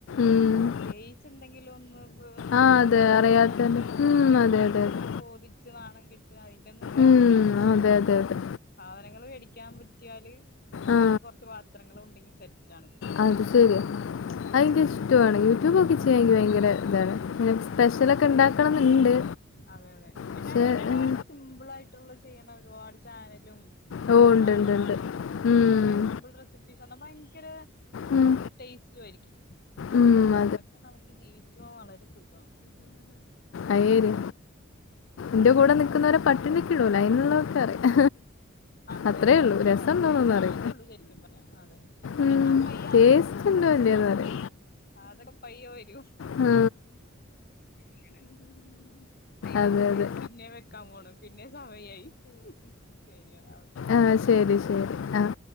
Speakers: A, on the left; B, on the left.
A: ഉം.
B: പ്രത്യേ കിച്ച്ന്തെങ്കിലൊന്ന് ഒരു
A: ആ,
B: ബുദ്ധിമുട്ടിന്റെ
A: അതെ അറിയാത്തതിന്റെ ഉം,
B: ആരോട്
A: അതെ
B: നമ്മൾ
A: അതെ
B: ചെന്ന്.
A: അതെ
B: ചോദിച്ച് നാണം കെട്ട് അയിന്റൊന്നും ഒരാവശ്
A: ഉം, അതെ അതെ അതെ
B: സാധനങ്ങള് മോടിക്കാൻ പറ്റ്യാല്
A: ആ
B: അതിന് കൊർച്ച് പാത്രങ്ങളും ഉണ്ടെങ്കി സെറ്റാണ് ഇപ്പൊ.
A: അത് ശര്യാ അതെനിക്കിഷ്ടോണ് യൂട്യൂബ്നോക്കി ചെയ്യാെൻ എനിക്ക് ഭയങ്കര ഇതാണ്. ഇങ്ങനെ സ്പെഷ്യലൊക്കെ
B: ആഹ്
A: ഉണ്ടാക്കണം എന്നുണ്ട്
B: അതെതെ പിന്നെങ്ങനെ
A: പക്ഷെ
B: ഒരുപാട്
A: ഉം,
B: സിംപിളായ് ട്ട്ള്ള ചെയ്യ്ണ ഒരുപാട് ചാനലും
A: ഓ
B: ഒരുപാടാളുകളും
A: ഉണ്ട് ഉണ്ട് ഉണ്ട് ഉം,
B: കൊറെസിംപിൾ റെസിപ്പി ഭയങ്കര
A: ഉം,
B: ടേസ്റ്റുംആരിക്കും
A: ഉം,
B: അതൊണ്ടെക്ക നമ് ജീവിച്ചൂന്ള്ളൊരു സുഖം.
A: അയീര് ന്റെ കൂടെ നിക്ക്ന്നവരെ. പട്ടിണിക്ക്ടൂല അയ്നുള്ളതൊക്കെ അറിയാ.
B: ആ അതെ
A: അത്രേള്ളൂ,
B: അതെ അത്രയും
A: രസംണ്ടോന്നൊന്നുംഅറീല.
B: മതി അതിന്റെ ആവശ്യമുള്ളൂ ശരിക്കും പറഞ്ഞാ അതെ
A: ഉം
B: അത് പയ്യെ ആയിക്കോളും
A: ടേസ്റ്റ്ണ്ടോ
B: ഇതൊന്നും വലിയ
A: ല്ലേന്ന്റീ
B: ഇത് അതൊക്കെ പയ്യെ വരും
A: മം
B: അങ്ങനെ അയ്യൊ
A: അതെ
B: അന്നങ്ങനെ
A: അതെ
B: പിന്നേം വെക്കാൻ പോണ് പിന്നേം സമയായി ശരിയാടാ ഓക്കെ
A: ആഹ് ശരി ശരി അഹ്